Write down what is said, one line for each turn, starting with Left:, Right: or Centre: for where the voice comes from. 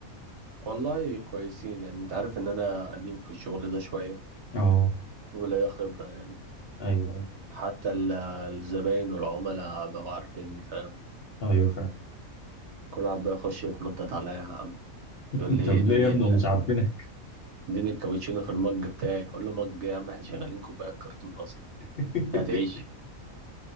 Right: والله كويسين يعني انت عارف ان انا قديم في الشغل ده شوية
Left: اه
Right: وليا خبرة يعني
Left: ايوه ايوه
Right: حتى ال- الزباين والعملاء بقوا عارفيني فاهم
Left: ايوه فعلا
Right: كل واحد بقى يخش يتنطط عليا يا عم
Left: <laughs>
Right: يقول لي
Left: طب
Right: اديني
Left: ليه يا ابني
Right: ال...
Left: ومش عارفينك
Right: اديني الكابتشينو في المج بتاعي اقول له مج يا عم احنا شغالين كوبايات كرتون اصلا
Left: <laughs>
Right: هتعيش <laughs>